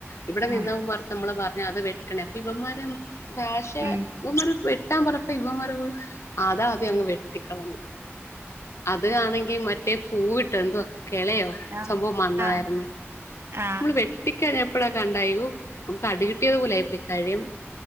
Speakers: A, on the left; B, on the right.
A: ഇവിടെ
B: ആഹ്
A: നിന്നവും പുറത്ത് നമ്മള് അത് വേട്ടന് അപ്പ ഇവന്മാർ ഭാഷ
B: ഉം
A: ഇവന്മാർ വെട്ട് വെട്ടാൻ പറഞ്ഞപ്പോ ഇവന്മാർ പോലും അതാ ങ്ങ്
B: ഉം
A: വെട്ടികളഞ്ഞ് അത് ആണെങ്കിൽ മറ്റേ റ്റെ പൂവ് ഇട്ട എനന്തോ കേളയോ
B: ആഹ്
A: സംഭവം വന്നതായിരുന്നു
B: ആഹ് ആഹ്
A: നമ്മള് വെട്ടിക്കഴി ഇപ്പളോക്കെ അണ്ടായു അടികിട്ടിയാദ് പോലെ ആയി പോയി കഴും